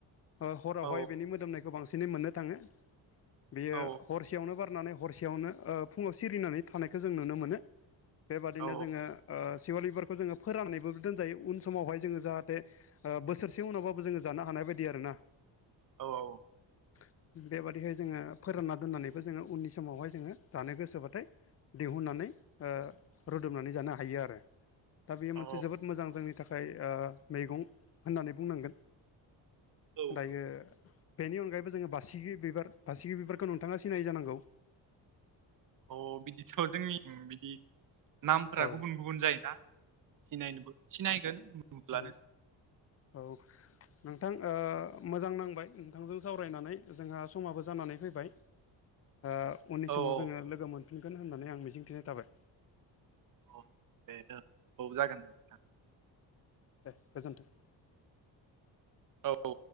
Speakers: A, on the left; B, on the right.
A: ओ हरावहाय
B: औ
A: बेनि मोदोमनायखौ बांसिनै मोननो थाङो बियो
B: औ
A: हर सेयावनो बारनानै हरसेयावनो ओ फुङाव सिरिनानै थानायखौ जों नुनो मोनो। बेबादिनो
B: औ
A: जोङो ओ सिवलिबारखौ जोङो फोराननानैबो दोनजायो उन समावहाय जोङो जाहाथे ओ बोरसे उनावबाबो जोङो जानो हानाय बायदि आरो ना।
B: औ औ।
A: <inaudible> बेबादिहाय जोङो फोरानना दोननानैबो जोङो उननि समावहाय जोङो जानो गोसोबाथाय दिहुननानै ओ रुदुबनानै जानो हायो आरो दा बेयो
B: औ
A: मोनसे जोबोद मोजां जोंनि थाखाय ओ मैगं होननानै बुंनांगोन
B: औ
A: दायो बेनि अनगायैबो जोङो बासिगिर बिबार बासिगिर बिबारखौ नोंथाङा सिनायो जानांगौ।
B: अ बिदिथ' जोंनि बिदि नामफोरा
A: औ
B: गुबुन-गुबुन जायोना। सिनायनोबो सिनायगोन। नुब्लानो
A: अम औ। नोंथां ओ मोजां नांबाय नोंथांजों सावरायनानै जोंहा समाबो जानानै फैबाय। ओ उननि
B: औ
A: समाव
B: औ
A: जोङो लोगो मोनफिनगोन होननानै आं मिजिंथिनाय थाबाय।
B: अ दे जागोन औ जागोन। नोंथां
A: दे गोजोन्थों।
B: औ।